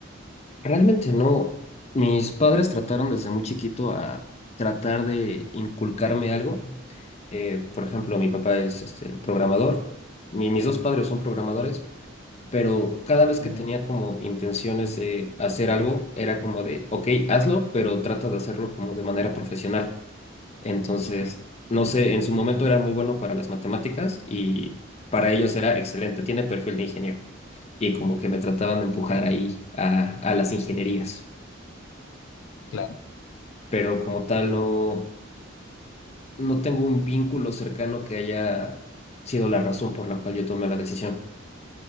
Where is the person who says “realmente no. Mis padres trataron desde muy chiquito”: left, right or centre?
Left